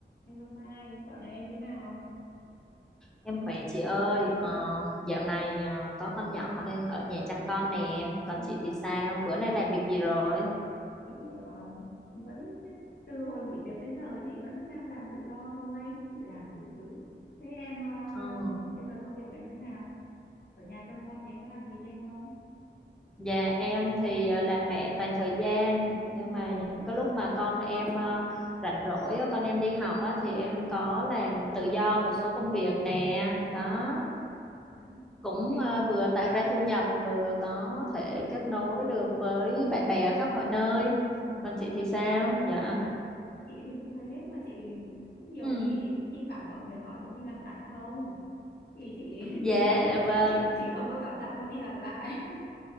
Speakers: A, on the left; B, in the centre.
A: Hello Mai, dạo này em thế nào?
B: Em khỏe chị ơi, ờ, dạo này ờ, có con nhỏ nên ở nhà chăm con nè, còn
A: Ừ.
B: chị thì sao? Bữa nay làm việc gì rồi?
A: Chị ờ, vẫn từ hồi nghỉ việc đến giờ chị vẫn đang làm tự do thôi, chị làm đủ thứ. Thế em ờ,
B: Ờ,
A: bây giờ công việc của em thế nào? Ở nhà trông con thì em có làm gì thêm không?
B: Dạ em thì ờ, làm mẹ toàn thời gian,
A: Ừ.
B: nhưng mà những cái lúc mà con em ờ, rảnh rỗi, á, con em đi học á, thì em có làm tự do một số công việc nè, đó
A: Ừ. Đấy,
B: cũng
A: gì thế?
B: ờ, vừa tạo ra thu nhập, vừa có thể kết nối được với bạn bè ở khắp mọi nơi.
A: Ờ,
B: Còn chị thì sao? Dạ.
A: thế. Chị thì cũng thế mà chị thì cũng nhiều
B: Ừ.
A: khi thi thoảng mọi người hỏi có đi làm lại không? Thì chị
B: Dạ
A: <laughs>
B: vâng
A: chị chị không có cảm giác muốn đi làm lại.